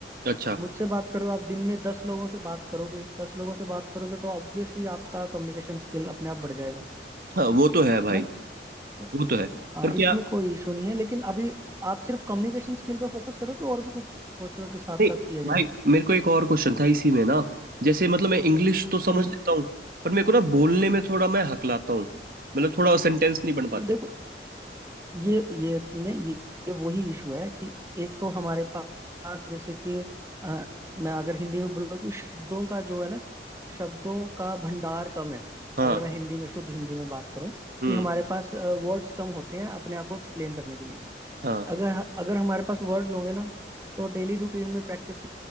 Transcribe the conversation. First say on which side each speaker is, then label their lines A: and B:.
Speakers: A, on the right; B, on the right.
A: अच्छा
B: मुझसे बात करो आप दिन में दस लोगों से बात करोगे दस लोगों से बात करोगे तो ऑब्वियसली आपका कम्युनिकेशन स्किल अपने आप बढ़ जाएगा
A: हाँ, वो तो है भाई
B: है ना तो
A: वो तो है
B: हाँ
A: पर क्या
B: इसमें कोई इशू नहीं है लेकिन अभी आप सिर्फ कम्युनिकेशन स्किल पे फोकस करोगे और भी कुछ सोच रहे हो कि साथ
A: नहीं
B: साथ किया जाए
A: भाई मेरे को एक और क्वेश्चन था इसी में ना जैसे मतलब मैं इंग्लिश तो समझ
B: हम्म हम्म।
A: लेता हूँ पर मेरे को ना बोलने में थोड़ा मैं हकलाता हूँ मतलब थोड़ा सेंटेंस नहीं बन पाते
B: देखो ये ये नहीं ये, ये वही इशू है कि एक तो हमारे पास जैसे कि अ, मैं अगर हिंदी में बोलूँ कि शब्दों का जो है ना शब्दों का भंडार कम है
A: हाँ
B: अगर मैं हिंदी में शुद्ध हिंदी में बात करूँ
A: हम्म
B: कि हमारे पास वर्ड्स कम होते हैं अपने आप को एक्सप्लेन करने के लिए
A: हाँ
B: अगर अगर हमारे पास वर्ड्स होंगे ना तो डेली रूटीन में प्रैक्टिस